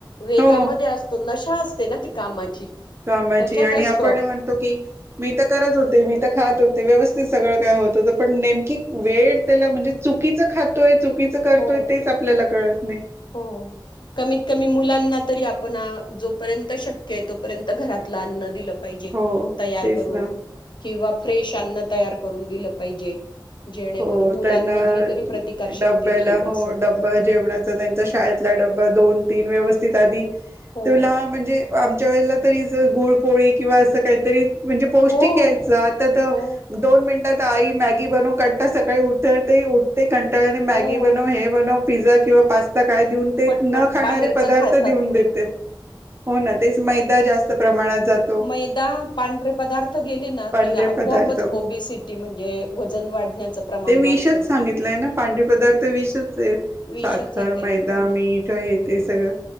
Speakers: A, on the left (about 65°); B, on the right (about 30°).
A: वेगामध्ये
B: हो
A: असतो, नशा असते ना ती कामाची.
B: कामाची
A: त्याच्यात
B: आणि
A: असतो
B: आपण म्हणतो की मी तर करत होते मी तर खात होते व्यवस्थित सगळं काय होत होतं पण नेमकी वेळ त्याला म्हणजे चुकीचं खातोय चुकीचं करतोय
A: हो
B: तेच आपल्याला कळत नाही.
A: हो. कमीत कमी मुलांना तरी आपण जोपर्यंत शक्य आहे तोपर्यंत घरातलं अन्न दिलं पाहिजे
B: हो
A: तयार
B: तेच
A: करून
B: ना
A: किंवा, फ्रेश अन्न तयार करून दिलं पाहिजे. जेणेकरून
B: हो
A: मुलांमधली
B: त्यांना
A: तरी प्रतिकार शक्ती
B: डब्याला
A: राहील
B: हो
A: असं
B: जेवणाचा त्यांचा शाळेतला डबा दोन तीन व्यवस्थित आधी-
A: हो
B: तुला म्हणजे आमच्या वेळेला तरी गुळ-पोळी किंवा असं काहीतरी म्हणजे पौष्टिक
A: हो
B: यायचं आता तर
A: हो
B: दोन मिनिटात आई मॅग मॅगी बनव कंटाळते सकाळी उतरते उठते कंटाळने मॅगी
A: हो
B: बनव हे बनव पिझ्झा किंवा पास्ता काय देऊन ते
A: पटपट
B: न खाणारे
A: बाहेरच
B: पदार्थ
A: खातात
B: देऊन
A: मुलं
B: देते हो ना तेच मैदा जास्त प्रमाणात जात
A: मैदा पांढरे पदार्थ गेले ना
B: पांढरे
A: की आपोआपच
B: पदार्थ
A: ओबीसी तेी म्हणजे वजन वाढण्याचं प्रमाण
B: ते
A: वाढतं
B: विषच
A: ना
B: सांगितलंय ना पांढरी पदार्थ विषच आहे.
A: विषच
B: साखर
A: येते
B: मैदा
A: हो ना
B: मीठ हे ते सगळं.